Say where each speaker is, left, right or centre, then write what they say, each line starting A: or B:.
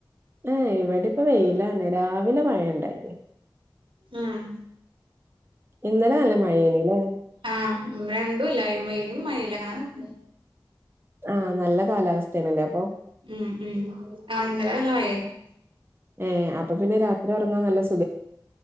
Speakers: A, on the right; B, on the right.
A: ഏഹ് ഇവടെ ഇപ്പി വെയിലാണ്. രാവിലെ മഴയിണ്ടായി.
B: ആഹ്
A: ഇന്നലെ നല്ല മഴയേന്നീല്ലേ?
B: ആഹ്, ഉം രണ്ടും ഇല്ല വെയിലും മഴയൂല്ല അങ്ങനെ
A: ആ നല്ല കാലാവസ്ഥയാണല്ലേ അപ്പൊ
B: ഉം ഉം ആ ഇന്നലെ മഴേന്നു.
A: ഏഹ് അപ്പൊ പിന്നെ രാത്രി ഒറങ്ങാൻ നല്ല സ